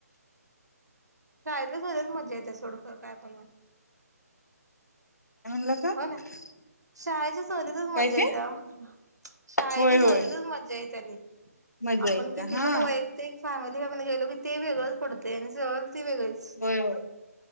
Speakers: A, on the right (about 85°); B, on the left (about 80°).
A: शाळेतल्या सहलीला मज्जा येते सोड खरं काय पण म्हण.
B: <unintelligible>
A: हो ना शाळेच्या सवलीतच मज्जा
B: काय ते
A: येत्या म्हणलं. शाळेच्या
B: होय होय
A: सहलीतच मज्जा येत्या लयी आणि
B: मजा
A: आपण
B: येत्या
A: किती
B: हा
A: पण वैयक्तिक फॅमिली आपण गेलो. की ते वेगळच पडताय आणि सहल ती वेगळीच.
B: होय होय